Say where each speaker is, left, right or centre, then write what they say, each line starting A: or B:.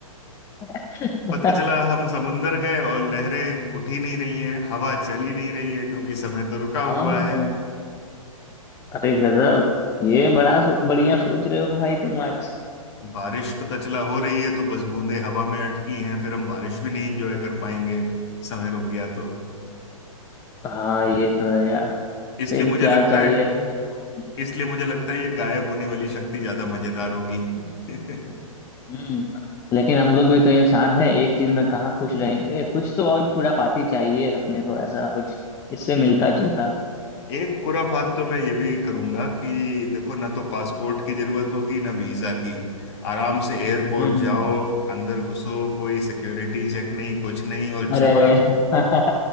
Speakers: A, on the left; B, on the left.
A: <laughs>
B: पता चला हम समुंदर गए और लहरें उठ ही नहीं रही हैं हवा चल ही नहीं रही है क्योंकि समय तो रुका
A: हाँ
B: हुआ है
A: अरे गजब ये बड़ा सो, बढ़िया सोच रहे हो भाई तुम आज
B: बारिश पता चला हो रही है तो बस बूंदें हवा में अटकी हैं फिर हम बारिश भी नहीं एंजॉय कर पाएंगे समय रुक गया तो
A: हाँ ये तो है यार
B: इसलिए
A: फिर
B: मुझे
A: क्या
B: लगता
A: चाहिए
B: है
A: अपने को
B: इसलिए मुझे लगता है ये गायब होने वाली शक्ति ज्यादा मजेदार होगी <laughs>
A: हम्म लेकिन हम लोग भी तो इंसान हैं एक चीज में कहाँ खुश रहेंगे कुछ तो और खुरापाती चाहिए अपने को ऐसा कुछ इससे मिलता जुलता
B: एक खुराफात तो मैं ये भी करूंगा कि देखो ना तो पासपोर्ट की जरूरत होगी ना वीजा की आराम से एयरपोर्ट
A: हम्म
B: जाओ अंदर घुसो कोई सिक्योरिटी चेक नहीं कुछ नहीं और जहां
A: अरे <laughs>